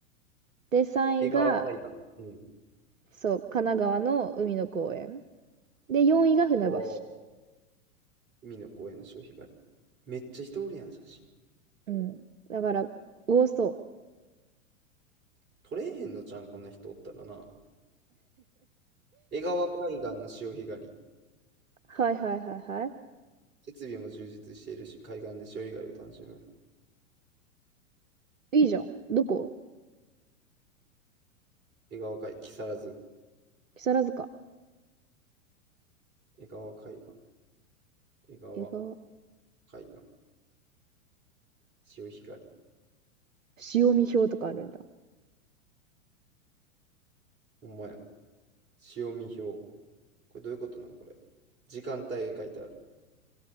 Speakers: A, on the right (about 70°); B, on the right (about 25°).
A: で、3位が、
B: 江川海岸。うん。
A: そう、神奈川の海の公園。で、4位が船橋。
B: おー海の公園の潮干狩り。めっちゃ人おるやん、写真。
A: うん。だから、多そう。
B: 撮れへんのじゃん、こんな人おったらな。江川海岸の潮干狩り。
A: はいはいはいは
B: 設備も充実しているし、海岸で潮干狩りを楽しめる。
A: い。いいじゃん。どこ
B: 江川海、木更津。
A: 木更津か。
B: 江川海岸。江川
A: 江川。
B: 海岸。潮干狩り。
A: 潮見表とかあるんだ。
B: ほんまや。潮見表。これどういうことなんこれ。時間帯が書いてある。